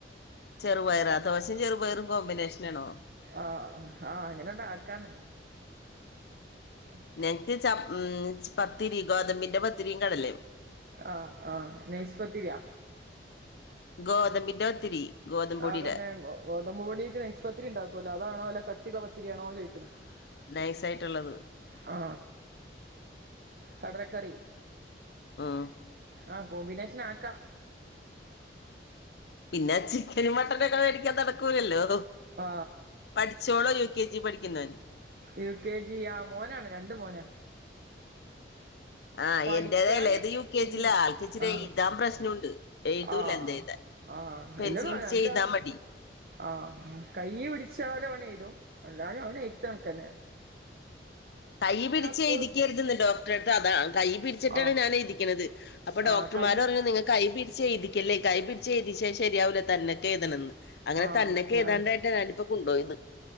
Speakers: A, on the left (about 65°); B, on the right (about 55°).
A: ചെറുപയറോ ദോശിം ചെറുപയറും കോമ്പിനേഷനാണോ?
B: ആഹ ആഹ് അങ്ങനെണ്ട ആക്കാന്ന്. <inaudible>
A: നെക്ക് ച ഉം പത്തിരി ഗോതമ്പിന്റെ പത്തിരിം കടലേം.
B: ആ ആ നൈസ്പത്തിരിയാ.
A: ഗോതമ്പിന്റെ പത്തിരി. ഗോതമ്പ് പൊടിയുടെ
B: ആ അതെന്നെ ഗോതമ്പ് പൊടീട്ട് നൈസ് പത്തിരി ഉണ്ടാക്കോല്ലോ അതാണോ അല്ല കട്ടിള്ള പത്തിരിയാണോന്ന് ചോയ്ക്ക്ണ്.
A: നൈസായിട്ടുള്ളത്.
B: ആ കടലക്കറി.
A: ഉം
B: ആ കോമ്പി നേഷനാക്കാ.
A: പിന്നെ ചിക്കനും മട്ടനൊക്കെ മേടിക്കാതെ നടക്കൂലല്ലോ.
B: ഏ
A: പഠിച്ചോളോ യു കെ ജി പഠിക്കുന്നെ.
B: യു കെ ജി ആ മോനാണ് രണ്ട് മോനാ.
A: ആഹ്
B: പഠിക്കാന്
A: എന്റേത് ഇളയത് യു കെ
B: പിൻ
A: ജിയില ആൾക്ക് ഇച്ചിരി
B: ആ
A: എഴുതാൻ പ്രശ്നമുണ്ട് എഴുതൂല
B: ആഹ.
A: എന്ത് എഴുതാൻ
B: ആഹ
A: പെൻസിൽ
B: എല്ലതും
A: പിടിച്ച്
B: അല്ല
A: എഴുതാൻ മടി
B: ആഹ് കയ്യ് പിടിച്ചാല് ഓനെഴുതും അല്ലാഞ്ഞ ഓന് എഴ്ത്ത് കണക്കെന്നാ
A: കൈയ്യ് പിടിച്ചെഴുതിക്കരുതെന്ന്
B: സ്കൂള്
A: ഡോക്ടറെടുത്ത് അതാ കൈ പിടിച്ചിട്ടാണ്
B: ആഹ്
A: ഞാൻ എഴുതിക്കണത്. അപ്പൊ ഡോക്ടർമാര്
B: ആഹ് കൈ
A: പറയും നിങ്ങക്ക്- കൈ പിടിച്ച്എഴുതിക്കല്ലേ കൈ പിടിച്ച് എഴുതിച്ചാ ശരിയാവൂല്ലാ തന്നൊക്കെ എഴുതണന്ന്. അങ്ങനെ
B: ആഹ്
A: തന്നെക്കെ
B: ഞാൻ
A: എഴുതാണ്ടായിട്ട് ഞാനിപ്പോ കൊണ്ടുയത്